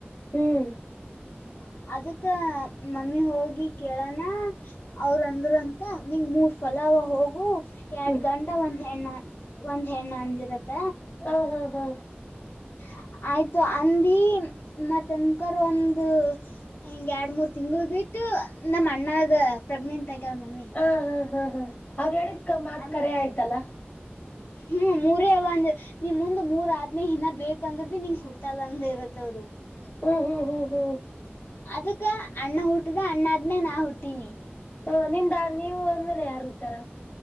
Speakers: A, on the left; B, on the left.
A: ಹ್ಮ್
B: ಹ ಅದಕ್ಕ ಮಮ್ಮಿ ಹೋಗಿ ಕೇಳಣ ಅವ್ರಂದರು ಅಂತ ನಿಂಗ ಮೂರ್ ಫಲ <unintelligible> ಹೋಗು ಎರಡ್
A: ಹ್ಮ್
B: ಗಂಟಾ ಒಂದ್ ಹೆಣ್ಣ ಒಂದ್ ಹೆಣ್ಣ ಅಂದಿರತ್ತ
A: ಹಾ ಹಾ ಹಾ
B: ಹ ಆಯತು ಅಂದ ಮ ತನಕರು ಒಂದು ಹಿಂಗೆ ಎರಡು ಮೂರು ತಿಂಗಳು ಬಿಟ್ಟು ಬಿಟ್ಟು ನಮ್ಮ್ ಅಣ್ಣಾಗ ಪ್ರೆಗ್ನೆಂಟ್ ಆಗ್ಯಾವ ಮಮ್ಮಿ
A: ಹಾ ಹಾ ಹಾ ಹಾ ಅವ್ರ ಹೇಳಿದ್ ಕ ಮಾತ್
B: ಆಮ
A: ಕರೆ ಆಯ್ತಲ್ಲ
B: ಹ್ಮ್ ಮೂರೇ ಒಂದ ನಿಮ್ ಮುಂದ್ ಮೂರ ಆದ್ಮೇ ಇನ ಬೇಕಂದ್ರರು ಭ ನಿಂಗ್ ಹುಟ್ಟಲ್ಲ ಅಂದ ಇರತ್ತವರು
A: ಹ್ಮ್ ಹ್ಮ್ ಹ್ಮ್ ಹ್ಮ್
B: ಅದಕ್ಕ ಅಣ್ಣ ಹಊಟದ ಅಣ್ಣ ಆದ್ಮೇ ನಾ ಹುಟ್ಟೀನಿ
A: ಹ ನಿಂದ ನೀವು ಒಂದ್ಮೇಲೆ ಯಾರು ಉಟಾರ